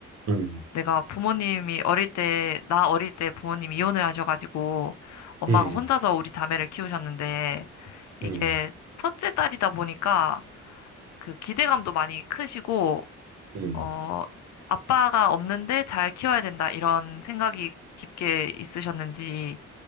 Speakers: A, on the right (about 55°); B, on the left (about 65°).
A: 음,
B: 내가 부모님이 어릴 때, 나 어릴 때 부모님이 이혼을 하셔가지고, 엄마가
A: 음,
B: 혼자서 우리 자매를 키우셨는데, 이게
A: 음.
B: 첫째 딸이다 보니까 그 기대감도 많이 크시고,
A: 음.
B: 어, 아빠가 없는데 잘 키워야 된다, 이런 생각이 깊게 있으셨는지,